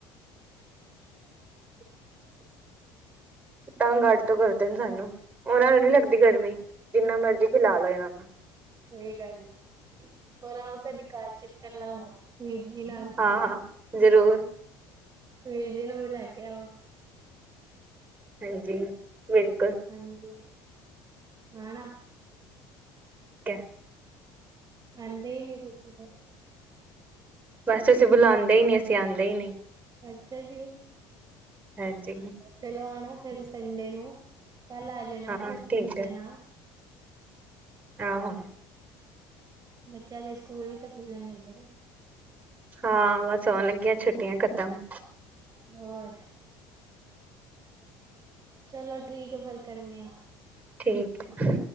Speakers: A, on the right; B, on the right.
A: <unintelligible>
B: ਤੰਗ ਅੱਡ ਤੋਂ ਕਰਦੇ ਨੇ ਸਾਨੂੰ, ਉਹਨਾਂ ਨੂੰ ਨੀ ਲੱਗਦੀ ਗਰਮੀ ਜਿੰਨਾ ਮਰਜ਼ੀ ਕਿ ਖਿਲਾ ਲਓ ਇਹਨਾਂ ਨੂੰ।
A: ਸਹੀ ਗੱਲ ਐ ਹੋਰ ਆਓ ਕਦੇ ਘਰ ਚੱਕਰ ਲਾਓ ਗੇ। ਵੀਰ ਜੀ ਨਾਲ-
B: ਹਾਂ ਹਾਂ ਜ਼ਰੂਰ।
A: ਵੀਰ ਜੀ ਨੂੰ ਵੀ ਲੈ ਕੇ ਆਓ।
B: ਹਾਂਜੀ ਬਿਲਕੁਲ।
A: ਹਾਂਜੀ ਖਾਣਾ-
B: ਕੇ-
A: ਆਂਦੇ ਹੀ ਨੀ ਤੁਸੀਂ ਤੇ।
B: ਬਸ ਅਸੀਂ ਬੁਲਾਦੇ ਹੀ ਨਹੀਂ ਅਸੀਂ ਆਦੇ ਹੀ ਨਹੀਂ।
A: ਅੱਛਾ ਜੀ।
B: ਹਾਂਜੀ।
A: ਚਲੋ ਆਣਾ ਫਿਰ ਸੰਡੇ ਨੂੰ, ਕੱਲ ਆ ਜਾਣਾ
B: ਹਾਂ
A: ਪਰਸੋਂ
B: ਠੀਕ
A: ਆ
B: ਹੈ
A: ਜਾਣਾ।
B: ਆਹੋ।
A: ਬੱਚਿਆਂ ਦੇ ਸਕੂਲ ਵੀ ਤਾਂ ਖੁੱਲਣ ਲੱਗੇ ਨੇ।
B: ਹਾਂ ਬਸ ਆਉਣ ਲੱਗੀਆਂ ਛੁੱਟੀਆਂ ਖਤਮ।
A: ਹੋਰ। ਚਲੋ ਠੀਕ ਐ ਫਿਰ ਕਰਨੇ ਆ।
B: ਠੀਕ ਐ।